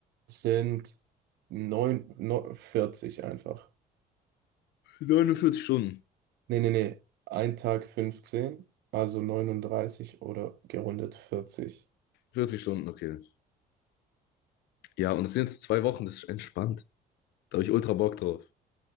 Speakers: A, on the right; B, on the left.
A: sind 9, 40 einfach.
B: 49 Stunden.
A: Nee, nee, nee. Ein Tag 15, also 39 oder gerundet 40.
B: 40 Stunden, okay. Ja, und es sind jetzt zwei Wochen, das ist entspannt. Da habe ich ultra Bock drauf.